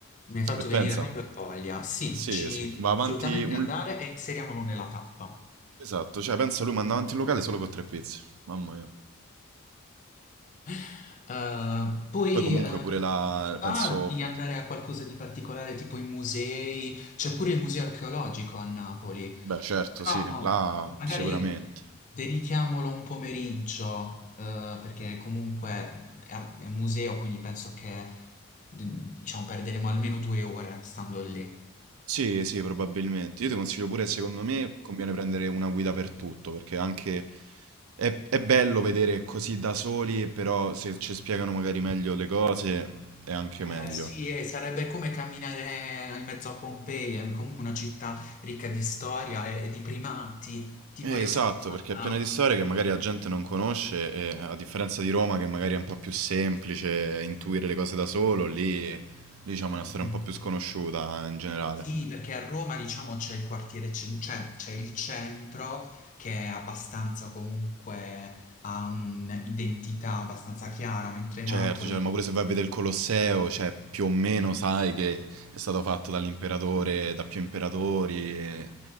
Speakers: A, on the left; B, on the right.
A: mi hai fatto
B: E
A: venire
B: pensa,
A: proprio voglia. Sì,
B: sì,
A: ci
B: sì,
A: dobbiamo
B: va avanti
A: assolutamente
B: un...
A: andare e inseriamolo nella tappa.
B: Esatto, cioè pensa lui manda avanti il locale solo con tre pizze, mamma mia.
A: Eh, poi
B: Poi comunque
A: Sì. eh,
B: pure la...
A: ti va
B: penso,
A: di andare a qualcosa di particolare tipo i musei, c'è pure il museo archeologico a Napoli,
B: beh certo,
A: però
B: sì, là
A: magari
B: sicuramente.
A: dedichiamolo un pomeriggio eh, perché comunque è, è un museo, quindi penso che d- diciamo perderemo almeno due ore stando lì.
B: Sì, sì, probabilmente. Io ti consiglio pure, secondo me, conviene prendere una guida per tutto, perché anche... È, è bello vedere così da soli, però se ci spiegano magari meglio le cose è anche meglio.
A: Eh sì, eh, sarebbe come camminare in mezzo a Pompei, è comunque una città ricca di storia e, e di primati. Tipo
B: Eh,
A: io
B: esatto,
A: so che è stata...
B: perché è piena di storie che magari la gente non conosce e a differenza di Roma che magari è un po' più semplice intuire le cose da solo, lì, lì diciamo è una
A: Mhm.
B: storia un po' più sconosciuta eh, in generale.
A: Sì, perché a Roma diciamo c'è il quartiere, cen- cioè c'è il centro che è abbastanza comunque ha un'identità abbastanza chiara, mentre
B: Certo,
A: Napoli...
B: cioè, ma pure se vai a vedere il Colosseo, cioè, più o meno sai che è stato fatto dall'imperatore, da più imperatori, e,